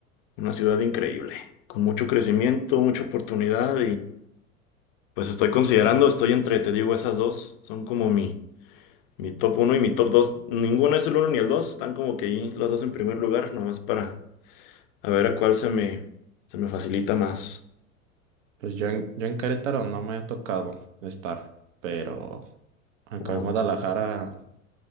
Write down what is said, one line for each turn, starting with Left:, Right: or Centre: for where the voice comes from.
Left: una ciudad increíble, con mucho crecimiento, mucha oportunidad Pues estoy considerando, estoy entre, te digo, esas dos. Son como mi, mi top uno y mi top 2. Ninguno es el uno ni el 2. Están como que ahí los dos en primer lugar, nomás para a ver a cuál se me, se me facilita más.
Right: Pues yo en, yo en Querétaro no me ha tocado estar, pero acá
Left: Ajá.
Right: en Guadalajara